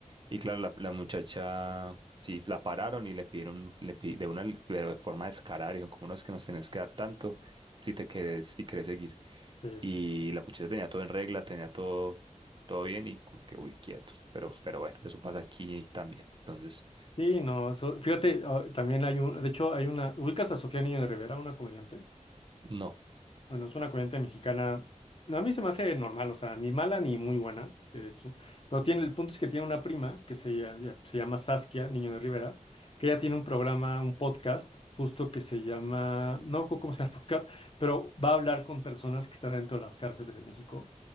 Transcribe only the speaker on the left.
sí.
Sí, no, eso- fíjate, ah, también hay un, de hecho hay una, ¿ubicas a Sofía Niño de Rivera, una comediante?
Bueno, es una corriente mexicana. A mí se me hace normal, o sea, ni mala ni muy buena, que de hecho. Pero tiene, el punto es que tiene una prima que se, ya- se llama Saskia, Niño de Rivera, que ella tiene un programa, un podcast, justo que se llama, no me acuerdo cómo se llama el podcast, pero va a hablar con personas que están dentro de las cárceles de México